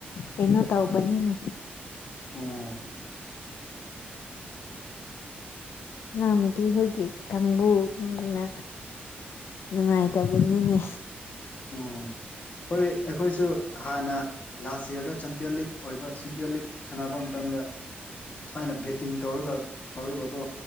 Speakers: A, on the left (about 85°); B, on the left (about 45°).
A: ꯀꯩꯅꯅꯣ ꯇꯧꯕꯅꯤꯅꯦ
B: ꯑꯣ
A: ꯏꯅꯥꯎ ꯅꯨꯨꯄꯤꯈꯣꯏꯒꯤ ꯀꯥꯡꯕꯨꯅ ꯅꯨꯡꯉꯥꯏꯇꯕꯅꯤꯅꯦ
B: ꯑꯣ ꯍꯣꯏ ꯑꯩꯈꯣꯏꯁꯨ ꯍꯥꯟꯅ ꯂꯥꯁ ꯏꯌꯔꯗ ꯆꯝꯄꯤꯌꯟ ꯂꯤꯛ ꯑꯣꯏꯕ ꯆꯝꯄꯤꯌꯟ ꯂꯤꯛ ꯁꯥꯟꯅꯕ ꯃꯇꯝꯗ ꯗ ꯁꯨꯃꯥꯏꯅ ꯕꯦꯠꯇꯤꯡ ꯇꯧꯔꯒ ꯇꯧꯋꯦꯕꯀꯣ